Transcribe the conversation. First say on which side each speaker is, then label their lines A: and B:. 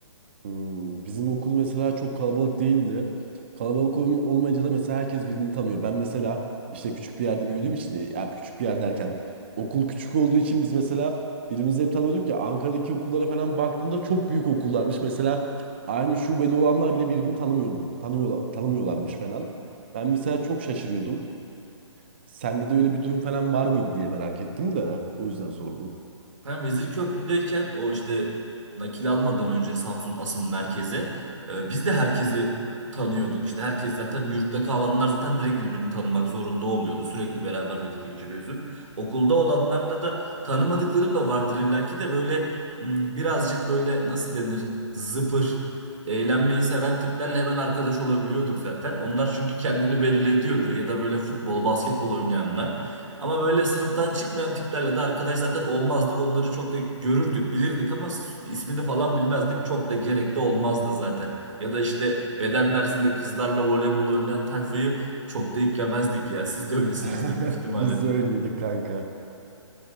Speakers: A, on the right; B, on the right.
A: Hmm, bizim okul mesela çok kalabalık değildi. Kalabalık olm- olmayınca da mesela herkes birbirini tanıyor. Ben mesela işte küçük bir yerde büyüdüğüm için, e, ya küçük bir yer derken okul küçük olduğu için biz mesela birbirimizi hep tanıyorduk ya Ankara'daki okullara falan baktığımda çok büyük okullarmış. Mesela aynı şubede olanlar bile birbirini tanımıyor, tanıyor, tanımıyorlarmış falan. Ben mesela çok şaşırıyordum. Sende de öyle bir durum falan var mıydı diye merak ettim de o yüzden sordum.
B: Ben Vezirköprü'deyken o işte nakil almadan önce Samsun asıl merkeze e, biz de herkesi tanıyorduk. İşte herkes zaten yurtta kalanlar zaten direkt birbirini tanımak zorunda oluyordu. Sürekli beraber vakit geçiriyorsun. Okulda olanlarla da tanımadıkların da vardır illaki de böyle m, birazcık böyle nasıl denir zıpır eğlenmeyi seven tiplerle hemen arkadaş olabiliyorduk zaten. Onlar çünkü kendini belli ediyordu ya da böyle futbol, basketbol oynayanlar. Ama böyle sınıftan çıkmayan tiplerle de arkadaş zaten olmazdık. Onları çok da görürdük, bilirdik ama s- ismini falan bilmezdik. Çok da gerekli olmazdı zaten. Ya da işte beden dersinde kızlarla voleybol oynayan tayfayı çok da iplemezdik ya. Siz de öylesinizdir
A: <laughs>
B: büyük ihtimalle.
A: Biz de öyleydik kanka.